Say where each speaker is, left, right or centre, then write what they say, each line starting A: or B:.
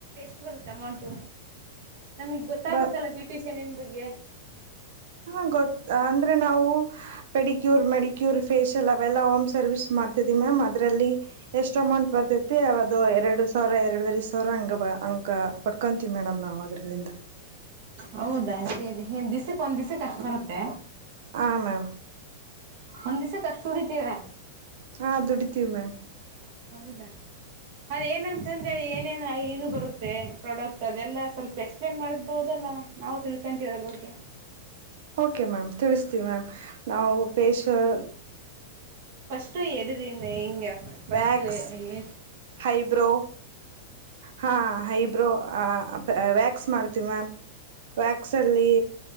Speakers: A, on the right; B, on the right.
A: ಎಸ್ಟ್ ಬರುತ್ತೆ ಅಮೌಂಟು ನಮಿಗ್ ಗೊತ್ತಾಗುತಲ್ಲ
B: ಬರ್
A: ಬ್ಯೂಟಿಷನ್ನ್ ಬಗ್ಗೆ
B: ಹಾ ಗೊತ್ ಅಂದ್ರೆ ನಾವು ಪೆಡಿಕ್ಯೂರ್ ಮೆಡಿಕ್ಯೂರ್ ಫೇಸ್ ಎಲ್ಲ ಅವೆಲ್ಲಾ ಹೋಮ್ ಸರ್ವಿಸ್ ಮಾಡ್ ಮಾತ್ತೆ ದಿನ ಮ್ ಅದ್ರಲ್ಲಿ ಎಷ್ಟ್ ಅಮೌಂಟ್ ಬರ್ತಿತಿ ಎರಡು ಸಾವ್ರ ಎರಡುವರಿ ಸಾವ್ರ ಹಂಗ್ ಬ ಹಂಗ ಪಟ್ಕೊಂತೀವಿ ಮೇಡಮ್ ನಾವು ಅದ್ರಲ್ಲಿಂದ
A: ಹೌದಾ ಸೇರಿ ದಿಸಕ್ ಒಂದ್ ದಿಸಕ್ ಕಷ್ಟ್ ಬರುತ್ತೆ
B: ಹಾಂ ಮ್ಯಾಮ್
A: ಒಂದ್ ದಿಸಕ್ ಅಷ್ಟ್ ದುಡಿತೀರಾ
B: ಹಾ ದುಡಿತೀವಿ ಮ್ಯಾಮ್
A: ಹೌದಾ ಅದೇಏನಂತಂದೇಳಿ ಏನೇ ಇದು ಬರುತ್ತೆ ಪ್ರಾಡಕ್ಟ್ ಅದೆಲ್ಲ ಸ್ವಲ್ಪ ಎಕ್ಸ್ಪ್ಲೇನ್ ಮಾಡ್ಬಹುದಲ್ಲ ನಾವು ತಿಳ್ಕೊಂತೀವಿ ಅದ್ರ ಬಗ್ಗೆ <inaudible>
B: ಓಕೆ ಮ್ಯಾಮ್ ತಿಳಿಸ್ತೀವಿ ಮ್ಯಾಮ್ ನಾವು ಫೇಶಲ್
A: ಫಸ್ಟ್ ಎದುರಿನ್ ಹೆಂಗ್ ಫಸ್ಟ್
B: ವ್ಯಾಕ್ಸ್
A: ಹೆ
B: ಹೈಬ್ರೋ ಹಾ ಹೈಬ್ರೋ ಹಾ ವ್ಯಾಕ್ಸ್ ಮಾಡ್ತ ಮ್ಯಾಮ್ ವ್ಯಾಕ್ಲ್ಲಿಲ್ಲಿ